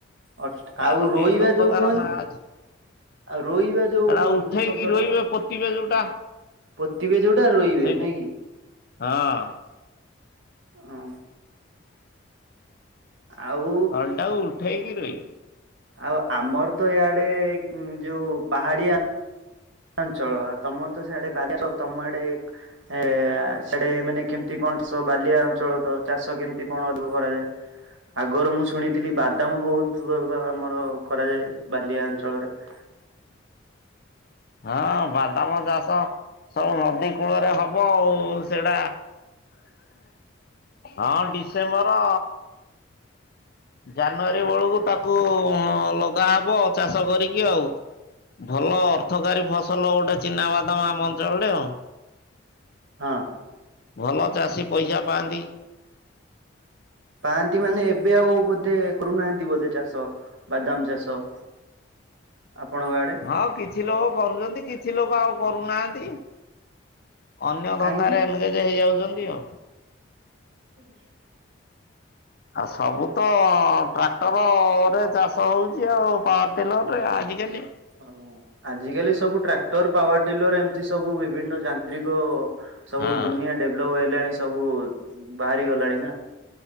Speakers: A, on the right; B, on the left.
A: ଅ
B: ତାର
A: ଆଉ ରୋଇବା
B: ବିଭିନ୍ନ ପ୍ରକାର
A: ଯୋଉ କୁହନ୍ତି
B: ନାଁ ଅଛି।
A: ଆଉ ରୋଇବା ଯୋଉ
B: ଏଟା ଉଠେଇକି
A: ଶବ୍ଦ
B: ରୋଇବେ
A: ଟା
B: ପୋତିିବେ ଯୋଉଟା
A: ପୋତିିବେ ଯୋଉଟା ରୋଇବେ
B: ସେଇଟା
A: ନାଇଁ କି।
B: ହଁ
A: ଅଁ ଆଉ
B: ତଳଟାକୁ ଉଠେଇକିରି
A: ଆଉ ଆମର ତ ଇଆଡେ ଉଁ ଯୋଉ ପାହାଡ଼ିଆ ଅଞ୍ଚଳ ଆଉ ତମର ତ ସିଆଡେ ବାଲିଆ ଅଞ୍ଚଳ ତମ ଆଡ଼େ ଏ ସିଆଡେ ମାନେ କେମତି କଣ ଚାଷ ବାଲିଆ ଅଞ୍ଚଳ ତ ଚାଷ କେମିତି କଣ ଅଧିକ କରାଯାଏ। ଆଗରୁ ମୁଁ ଶୁଣିଥିଲି ବାଦାମ ବହୁତ ବ ଆମର କରାଯାଏ ବାଲିଆ ଅଞ୍ଚଳରେ <inaudible>
B: ହଁ ବାଦାମ ଚାଷ ସବୁ ନଦୀ କୂଳରେ ହବ ଆଉ ସେଇଟା ହଁ ଡିସେମ୍ବର ଜାନୁଆରୀ ବେଳକୁ ତାକୁ ଲଗା ହବ ଚାଷ କରିକି ଆଉ। ଭଲ ଅର୍ଥକାରୀ ଫସଲ ଗୋଟେ ଚିନାବାଦାମ ଆମ ଅଞ୍ଚଳରେ ଆଉ।
A: ହଁ
B: ଭଲ ଚାଷୀ ପଇସା ପାଆନ୍ତି।
A: ପାଆନ୍ତି ମାନେ ଏବେ ଆଉ ବୋଧେ କରୁନାହାନ୍ତି ବୋଧେ ଚାଷ ବାଦାମ ଚାଷ। ଆପଣଙ୍କ ଆଡ଼େ?
B: ହଁ କିଛି ଲୋକ କରୁଛନ୍ତି କିଛି ଲୋକ ଆଉ କରୁନାହାନ୍ତି। ଅନ୍ୟ ଧନ୍ଦାରେ
A: କାହିଁକି?
B: ଏନଗେଜ ହେଇଯାଉଛନ୍ତି ଆଉ
A: ହୁଁ।
B: ଆଉ ସବୁ ତ ଟ୍ରାକ୍ଟରରେ ଚାଷ ହଉଛି ଆଉ ପାୱାର ଟିଲରରେ ଆଜିକାଲି
A: ହୁଁ ଆଜିକାଲି ସବୁ ଟ୍ରାକ୍ଟର ପାୱାର ଟିଲର ଏମିତି ସବୁ ବିଭିନ୍ନ ଯାନ୍ତ୍ରିକ ସବୁ
B: ହଁ।
A: ଦୁନିଆ ଡେଭଲପ ହେଲାଣି ସବୁ ବାହାରି ଗଲାଣି ନା।